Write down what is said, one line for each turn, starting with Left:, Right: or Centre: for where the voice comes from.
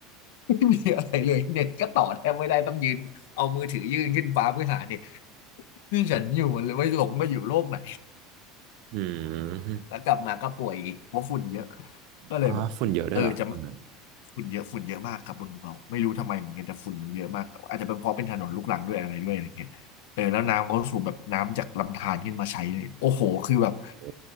Left: ไม่มีอะไรเลยเน็ตก็ต่อแทบไม่ได้ต้องยืนเอามือถือยื่นขึ้นฟ้าเพื่อหาเน็ตนี่ฉันอยู่มันเลยไม่หลงมาอยู่โลกไหน
Right: อืม
Left: แล้วกลับมาก็ป่วยอีกเพราะฝุ่นเยอะก็เลยแบบเออจะ
Right: อ่าฝุ่นเยอะด้วยเหรอตอนนั้น
Left: ฝุ่นเยอะฝุ่นเยอะมากครับบนภูเขาไม่รู้ทำไมเหมือนกันแต่ฝุ่นมันเยอะมากอาจจะเป็นเพราะเป็นถนนลูกรังด้วยอะไรด้วยอะไรเงี้ยเออแล้วน้ำก็สูบแบบน้ำจากลำธารขึ้นมาใช้เลยโอ้โหคือแบบ
Right: โอ้